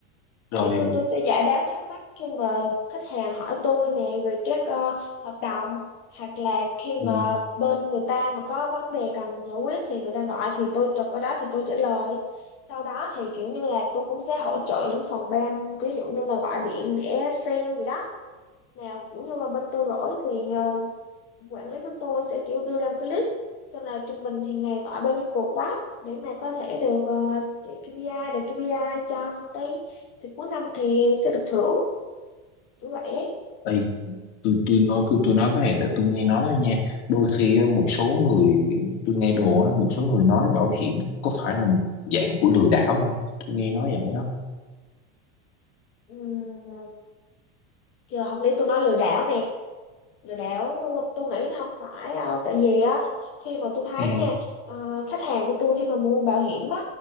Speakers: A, on the left; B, on the left.
A: rồi
B: kiểu như tôi sẽ giải đáp thắc mắc khi mà khách hàng hỏi tôi nè về các ờ, hợp đồng hoặc là khi mà
A: ừ,
B: bên người ta mà có vấn đề cần giải quyết thì người ta gọi thì tôi chụp ở đó thì tôi trả lời sau đó thì kiểu như là tôi cũng sẽ hỗ trợ những phòng ban ví dụ như là gọi điện để sale gì đó nào kiểu như là bên tôi rỗi thì ờ, quản lý của tôi sẽ kiểu đưa ra một cái list xem là trung bình thì ngày gọi bao nhiêu cuộc báo để mà có thể được uh, chạy KPI để KPI cho công ty thì cuối năm thì sẽ được thưởng kiểu vậy ấy.
A: thì tôi tôi nói cứ tôi nói cái này tại tôi nghe nói thôi nha đôi khi á, một số người tôi nghe đồn á, một số người nói bảo hiểm có phải là một dạng của lừa đảo không tôi nghe nói vậy đó
B: Ừm, giờ học lý tôi nói lừa đảo nè lừa đảo tôi nghĩ không phải đâu tại vì á khi mà tôi thấy
A: ừ
B: nha ờ, khách hàng của tôi khi mà mua bảo hiểm á